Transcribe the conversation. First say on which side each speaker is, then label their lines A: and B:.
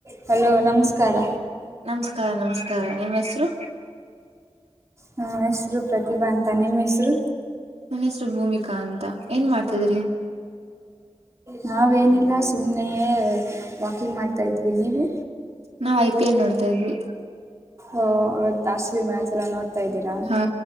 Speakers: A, on the right; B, on the right.
A: Hello ನಮಸ್ಕಾರ
B: ನಮಸ್ಕಾರ ನಮಸ್ಕಾರ ನಿಮ್ಮ್ ಹೆಸರು
A: ನಿಮ್ಮ ಹೆಸರು ಪ್ರತಿಭಾ ಅಂತ ನಿಮ್ಮ ಹೆಸರು
B: ಮನುಸರು ಭೂಮಿಕಾ ಅಂತ ಏನ್ ಮಾಡ್ತಿದ್ರಿ
A: ನಾ ವೇನಿಲ್ಲ ಸುಮ್ಮನೆಯೇ ವಾಕಿಂಗ್ ಮಾಡ್ತಾಯ ಇದ್ೀವಿ ನೀವು
B: ನಾವ್ ಐ ಪಿ ಎಲ್ ನೋಡ್ತಾ ಇದ್ವಿ
A: ಓ, ಇವತ್ತು ಆರ್ ಸಿ ಬಿ ಮ್ಯಾಚ್ ಎಲ್ಲ ನೋಡ್ತಾ ಇದ್ದೀರಾ
B: ಹಾ